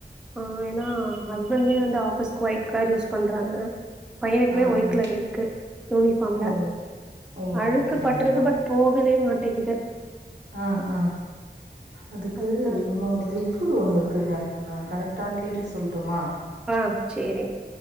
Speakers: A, in the centre; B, on the right.
A: ஆ எனா ஹஸ்பண்டுமே வந்து ஆஃபீஸ்க்கு ஒயிட் கலர் யூஸ் பண்றாங்க பையனுக்குமே
B: ஆ
A: ஒய்ட்
B: ஆ
A: கலர் இருக்கு யூனிஃபார்ம்ல
B: ஓ ஓ
A: அழுக்கு
B: அப்டிங்களா
A: பட்டுருது பட் போகவே மாட்டகிது
B: அ ஆ அதுக்கு
A: அதுதா
B: உன்னோரு லிக் விட் ஒன்னு இருக்குங்க நா கரெக்டா கேட்டுட்டு சொல்ட்டுமா
A: பா சேரி